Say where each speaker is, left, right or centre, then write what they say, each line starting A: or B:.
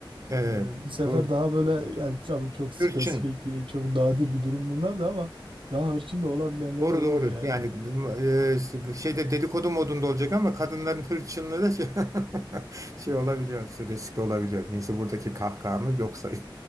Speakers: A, on the right; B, on the right.
A: Evet.
B: e, bu sefer
A: Doğru.
B: daha böyle yani tabii çok spesifik,
A: Hırçın.
B: e, çok nadir bir durum bunlar da ama daha hırçın da olabilenleri
A: Doğru
B: oluyor
A: doğru.
B: yani.
A: Yani e, şeyde dedikodu modunda olacak ama kadınların hırçınlığı da şey, <laughs> şey olabiliyor, riskli olabiliyor. Neyse buradaki kahkahamı yok sayın.